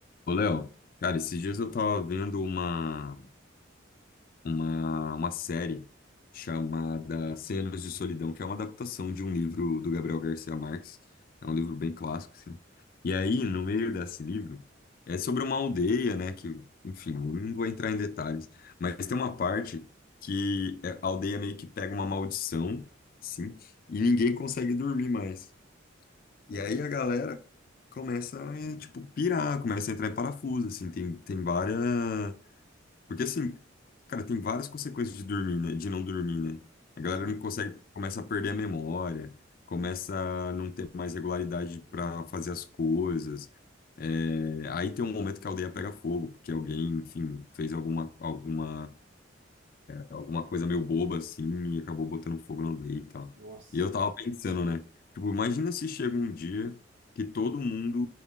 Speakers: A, on the left; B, on the right.
A: Ô, Léo, cara, esses dias eu tava vendo uma, uma, uma série chamada Cem Anos de Solidão, que é uma adaptação de um livro do Gabriel Garcia Marques. É um livro bem clássico, assim. E aí, no meio desse livro, é sobre uma aldeia, né, que, enfim, eu não vou entrar em detalhes, mas tem uma parte que é- a aldeia meio que pega uma maldição, sim, e ninguém consegue dormir mais. E
B: É nada.
A: aí a galera começa a, tipo, pirar, começa a entrar em parafuso, assim, tem, tem várias... Porque, assim, cara, tem várias consequências de dormir, né? De não dormir, né? A galera
B: Sim.
A: não consegue, começa a perder a memória, começa a não ter mais regularidade para fazer as coisas. É, Aí tem um momento que a aldeia pega fogo, porque alguém, enfim, fez alguma, alguma alguma coisa meio boba assim e acabou botando fogo na aldeia e tal.
B: Nossa.
A: E eu tava pensando, né? Tipo, imagina se chega um dia que todo mundo